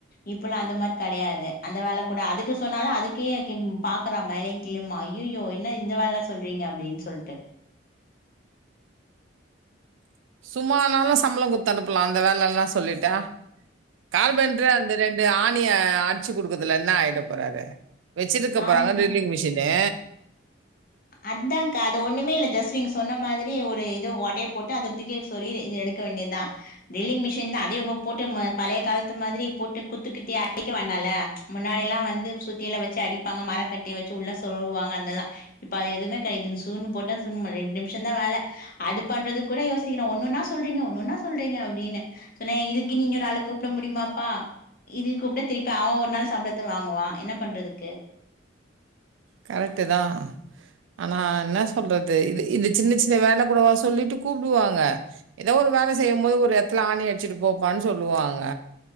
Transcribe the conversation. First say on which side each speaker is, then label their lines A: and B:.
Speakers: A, on the left (about 50°); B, on the right (about 85°).
A: இப்பொல்லா அந்தே மாதிரி கெடையாது அந்த வேல கூட அதுக்கு சொன்னாலே அதுக்கே பாக்குறா மேலயு கீழயுமா ஐய்யய்யோ என்ன இந்த வேலைலா சொல்றீங்க அப்டின்னு சொல்ட்டு
B: சும்மா நாலு சம்பளோ குடுத்து அனுப்பலா அந்த வேலல்லா சொல்லிட்டா கார்பேன்ட்ரே அந்த ரெண்டு ஆணிய அடிச்சு குடுக்குறதுல என்ன ஆயிட போறாரு வெச்சுருக்க போறாங்க
A: ஆமா
B: டிரில்லிங் மிஷின்னு
A: அதான்கா அது ஒண்ணுமே இல்ல ஜெஸ்டு நீங்க சொன்ன மாதிரி ஒரு இது ஒடை போட்டு அதேத்தூக்கி சொரி இது எடுக்க வேண்டிதா ட்ரில்லிங் மிஷின் தா அத இவுங்கே போட்டு பழைய காலத்து மாதிரி போட்டு குத்து குத்தி அடிக்க வேண்டாலே முன்னாடிலா வந்து சுத்தியில வச்சி அடிப்பாங்க மரக்கட்டையே வச்சி உள்ளே சோருவுவாங்க அதெல்லா இப்ப அது எதுமே கெடையா சூன்னு போட்ட சூன்னு ரெண்டு நிமிஷ தா வேல அது பண்றதுக்கு கூட யோசிக்கிறோ ஒண்ணொன்னா சொல்றீங்கே ஒன்னுன்னா சொல்றீங்கே அப்டின்னு சொன்னே இதுக்குனு இன்னோரு ஆள கூப்ட முடியுமாப்பா இது கூப்ட திருப்பி அவ ஒரு நாள் சம்பளத்தே வாங்குவா என்ன பண்றதுக்கு
B: கரெக்ட்டு தா ஆனா என்ன சொல்றது இது இது சின்னே சின்னே வேல கூடவா சொல்லிட்டு கூப்டுவாங்க ஏதோ ஒரு வேல செய்யும் போது ஒரு எடத்துல ஆணி அடிச்சிட்டு போப்பான்னு சொல்லுவாங்க